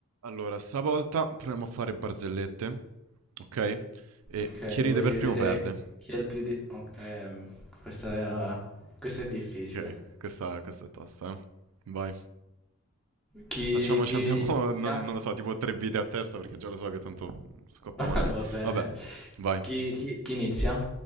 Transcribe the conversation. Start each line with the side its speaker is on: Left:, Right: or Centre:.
Right: Allora, stavolta proviamo a fare barzellette, ok? E
Centre: Ok,
Right: chi ride
Centre: vuoi
Right: per primo
Centre: vedere
Right: perde.
Centre: chi è il più di... ok, ehm, questa è, questa è difficile.
Right: Ok, questa, questa è tosta, eh. Vai.
Centre: Chi,
Right: Facciamoci,
Centre: chi
Right: abbiamo,
Centre: inizia?
Right: <laughs> non, non lo so, tipo tre vite a testa perché già lo so che tanto scoppiamo
Centre: <laughs>
Right: la prima.
Centre: Va bene.
Right: Vabbè, vai.
Centre: Chi, chi- chi inizia?